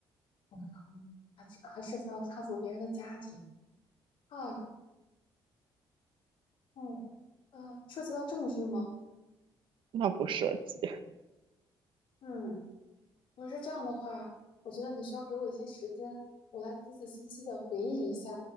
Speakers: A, on the left; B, on the right.
A: 嗯，还是还涉及到插足别人的家庭啊？嗯呃，涉及到政治吗？
B: 那不涉及。
A: 嗯，如果是这样的话，我觉得你需要给我一些时间，我来仔仔细细的回忆一下